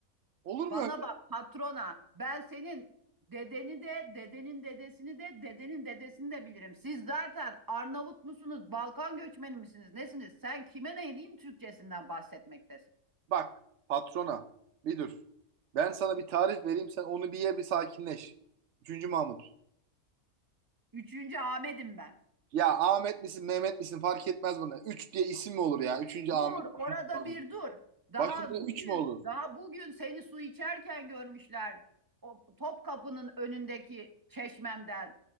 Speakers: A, on the right (about 60°); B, on the right (about 25°).
A: Olur mu
B: Bana
A: öyle?
B: bak patrona. Ben senin dedeni de, dedenin dedesini de, dedenin dedesini de bilirim. Siz zaten Arnavut musunuz, Balkan göçmeni misiniz, nesiniz? Sen kime ne diyeyim Türkçesinden bahsetmektesin.
A: Bak patrona bir dur. Ben sana bir tarif vereyim sen onu bir ye bir sakinleş. Üçüncü Mahmut.
B: Üçüncü Ahmet'im ben.
A: Ya Ahmet misin Mehmet misin fark etmez bana. Üç diye isim mi olur ya? Üçüncü Ahmet,
B: Dur, orada
A: üçüncü Mahmut.
B: bir dur. Daha
A: Başında
B: bugün,
A: üç mü olur?
B: daha bugün seni su içerken görmüşler. O Topkapı'nın önündeki çeşmemden.